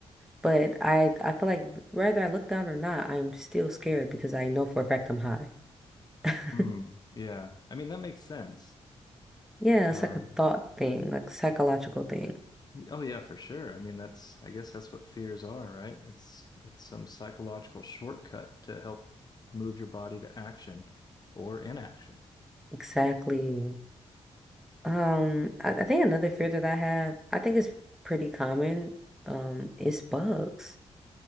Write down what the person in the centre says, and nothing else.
But I, I feel like whether I look down or not, I'm still scared because I know for a fact I'm high. <laughs>
Yeah, it's
like a thought thing, like psychological thing.
Exactly. Um, I, I think another fear that I have, I think it's pretty common, um, is bugs.